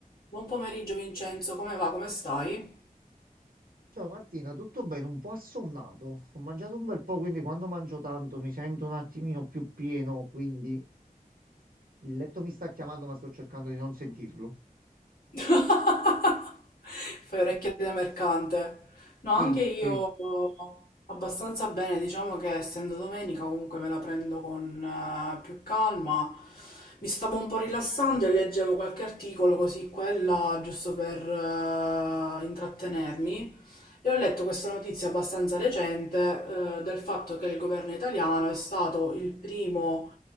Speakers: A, on the left; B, on the right.
A: Buon pomeriggio Vincenzo, come va? Come stai?
B: Ciao Martina, tutto bene? Un po' assonnato. Ho mangiato un bel po', quindi quando mangio tanto mi sento un attimino più pieno, quindi il letto mi sta chiamando, ma sto cercando di non sentirlo.
A: <laughs> Fai orecchie da mercante. No, anche
B: Sì,
A: io
B: sì.
A: abbastanza bene, diciamo che essendo domenica comunque me la prendo con eh, più calma. Mi stavo un po' rilassando e leggevo qualche articolo così quella, giusto per eh, intrattenermi. E ho letto questa notizia abbastanza recente, eh, del fatto che il governo italiano è stato il primo